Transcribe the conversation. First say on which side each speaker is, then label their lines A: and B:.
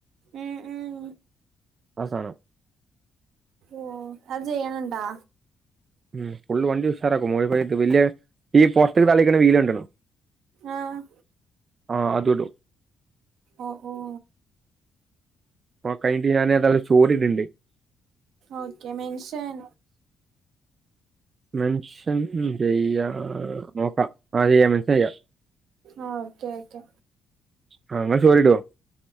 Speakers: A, on the right; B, on the right.
A: ഉം ഉം
B: ആ സാനം.
A: ഓഹ് അത് ചെയ്യണുണ്ടാ?
B: ഉം ഫുൾ വണ്ടി ഉഷാറാക്കും മോളികൂടിട്ട് വല്യ ഈ പൊർത്തക്ക് തള്ളിക്കണ വീല് കണ്ട്ണോ?
A: ആഹ്
B: ആഹ് അതിടും.
A: ഓഹ് ഓഹ്
B: പ്പ കഴിഞ്ഞട്ട് ഞാനേത ഒരു സ്റ്റോറിടുണ്ട്.
A: Okay mention.
B: മെൻഷൻ ഉം ചെയ്യാ നോക്കാം ആഹ് ചെയ്യാൻ മെൻഷൻ ചെയ്യാം.
A: ആഹ് ഓക്കെ ഓക്കെ.
B: ആഹ് ഇങ്ങള് സ്റ്റോറിടോ?